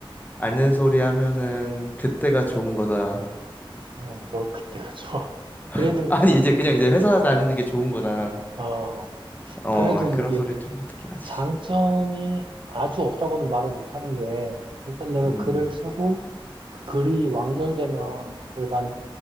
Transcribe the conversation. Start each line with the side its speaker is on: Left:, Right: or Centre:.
Left: 아는 소리 하면은 그때가 좋은 거다.
Right: 아, 뭘 그때가 <laughs> 좋아. 그래도,
Left: <laughs> 아니, 이제 그냥 이제 회사 다니는 게 좋은 거다.
Right: 어,
Left: 어,
Right: 그래도 이게
Left: 그런 소리 좀 듣긴 하지.
Right: 장점이 아주 없다고는 말을 못하는 게, 일단 내가
Left: 음.
Right: 글을 쓰고, 그 글이 완결되면 그래도 한